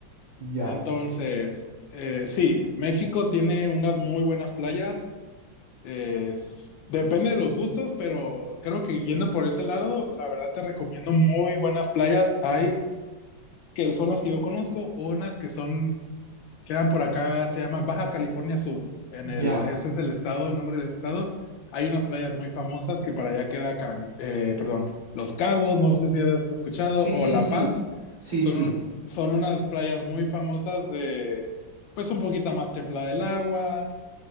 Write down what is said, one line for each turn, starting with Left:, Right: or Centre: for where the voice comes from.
Right: ya,
Left: entonces, eh, sí, México tiene unas muy buenas playas. eh, s- depende de los gustos, pero creo que yendo por ese lado, la verdad te recomiendo muy buenas playas. Hay que son las que yo conozco, unas que son quedan por acá, se llama Baja California Sur. En
Right: ya.
Left: el, ese es el estado, el nombre del estado. Hay unas playas muy famosas que para allá queda, Can- eh, perdón, Los Cabos, no sé si has escuchado,
Right: Sí,
Left: o
Right: sí,
Left: La
Right: sí.
Left: Paz.
Right: Sí,
Left: Son,
Right: sí.
Left: un- son unas playas muy famosas de, pues un poquito más templada el agua.